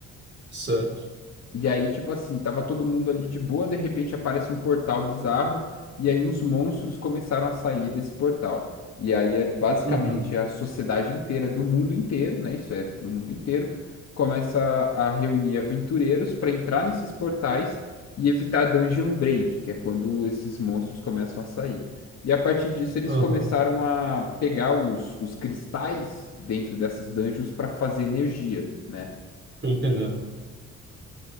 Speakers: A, on the right; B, on the left.
A: certo.
B: E aí, tipo assim, tava todo mundo ali de boa, de repente aparece um portal bizarro, e aí uns monstros começaram a sair desse portal. E aí é basicamente
A: Uhum,
B: a sociedade inteira, do mundo inteiro, né? Isso é, no mundo inteiro, começa a reunir aventureiros para entrar nesses portais e evitar dungeon break, que é quando esses monstros começam a sair. E a partir disso, eles
A: aham,
B: começaram a pegar os, os cristais dentro dessas dungeons para fazer energia, né?
A: tô entendendo.